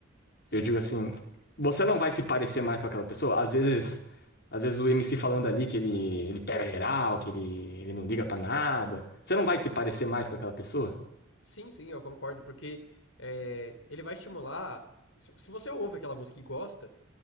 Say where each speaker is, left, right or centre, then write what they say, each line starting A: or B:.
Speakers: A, on the left (about 85°); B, on the left (about 55°).
A: Sim,
B: eu digo
A: sim.
B: assim, você não vai se parecer mais com aquela pessoa. Às vezes, às vezes o MC falando ali que ele, ele pega geral, que ele, ele não liga pra nada. Você não vai se parecer mais com aquela pessoa?
A: Sim, sim, eu concordo, porque é, ele vai estimular. Se se você ouve aquela música e gosta,